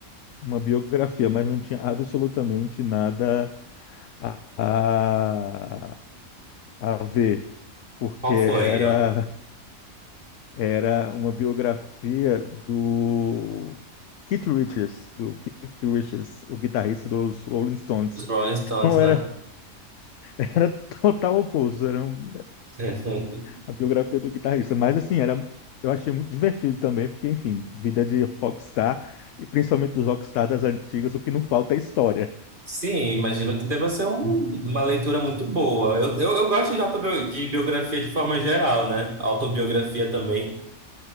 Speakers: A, on the left; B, on the right.
A: uma biografia, mas não tinha absolutamente nada a, a ver, porque
B: Qual
A: era,
B: foi?
A: era uma biografia do Keith Richards, do Keith Richards, o guitarrista dos Rolling Stones.
B: Os Rolling Stones,
A: Então
B: né?
A: era, <laughs> era total oposto, era um
B: <laughs>
A: a biografia do guitarrista. Mas assim, era, eu achei muito divertido também, porque, enfim, vida de rockstar, e principalmente dos rockstar das antigas, o que não falta é história.
B: Sim, imagino que deva ser um- uma leitura muito boa. Eu, eu, eu gosto de, autobio, de biografia de forma geral, né? Autobiografia também.